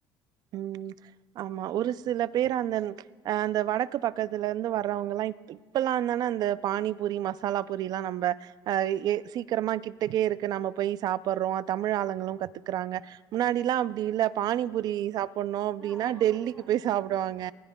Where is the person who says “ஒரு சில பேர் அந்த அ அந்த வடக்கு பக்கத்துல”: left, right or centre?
Right